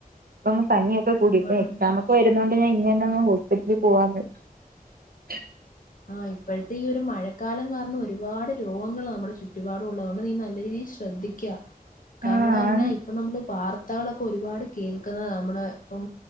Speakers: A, on the right (about 75°); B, on the left (about 60°).
A: അപ്പൊങ്ങന പനിയൊക്കെ കൂടി അപ്പ
B: ആണോ
A: എക്സാം ഒക്കെ വരുന്നത് കൊണ്ട് ഞാ ഇന്നെന്നെ ഹോസ്പിറ്റലിൽ പോവാന്ന് ഹോസ്പിറ്റലിൽ പോവാന്ന് <inaudible>
B: ആ ഇപ്പോഴത്തെഈ ഒരു മഴക്കാലം കാരണം ഒരുപാട് രോഗങ്ങൾ നമ്മുടെ ചുറ്റുപാടുള്ളതുകൊണ്ട് നീ നല്ല രീതിയിൽ ശ്ര ശ്രദ്ധിക്ക കാരണംന്ന്
A: ആഹ്
B: പറഞ്ഞാ
A: ആണ്
B: ഇപ്പ നമ്മള് വാർത്തകളൊക്കെ ഒരുപാട് കേൾക്കുന്നത് നമ്മള് ഇപ്പം